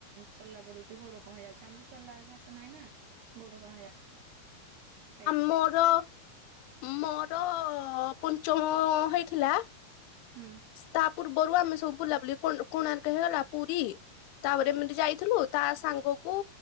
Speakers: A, on the right (about 80°); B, on the left (about 80°).
A: ଚଲା ପଡୁଚି ଗୋଡ଼ କଣ ହେଇ ଯାଉଛି ଆମର ଚଲା ଅଭ୍ୟାସ ନାହିଁ ନା। ଗୋଡ କଣ ହେଇଯାଉଚି ହେଇଚି।
B: ମୋର ମୋର ପଞ୍ଚମ ହେଇଥିଲା।
A: ହୁଁ।
B: ସ୍ତା ପୂର୍ବରୁ ଆମେ ସବୁ ବୁଲାବୁଲି କୋଣାର୍କ ହେଇଗଲା। ପୁରୀ ତାପରେ ଏମିତି ଯାଇଥିଲୁ ତା ସାଙ୍ଗ କୁ